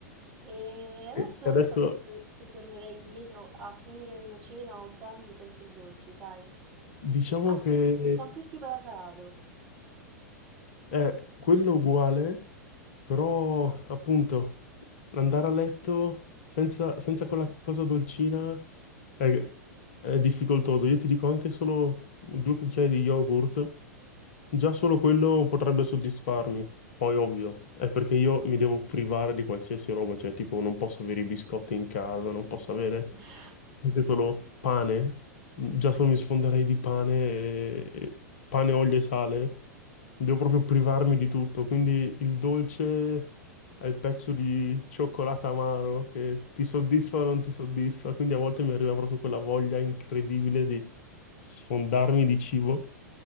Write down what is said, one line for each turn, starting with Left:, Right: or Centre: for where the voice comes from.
Right: E adesso
Left: E
Right: non
Left: adesso
Right: so se, t- se tornerei indietro a finire una cena o un pranzo senza il dolce, sai?
Left: diciamo
Right: Anche
Left: che...
Right: se son più tipo da salato.
Left: È quello uguale, però appunto andare a letto senza, senza quella cosa dolcina è, è difficoltoso. Io ti dico anche solo due cucchiai di yogurt Già solo quello potrebbe soddisfarmi. Poi, ovvio, è perché io mi devo privare di qualsiasi roba, cioè, tipo, non posso avere i biscotti in casa, non posso avere
Right: <laughs>
Left: anche solo pane. Già solo mi sfonderei di pane, e- e pane, olio e sale. Devo proprio privarmi di tutto. Quindi il dolce è il pezzo di cioccolato amaro che ti soddisfa o non ti soddisfa. Quindi a volte mi arriva proprio quella voglia incredibile di sfondarmi di cibo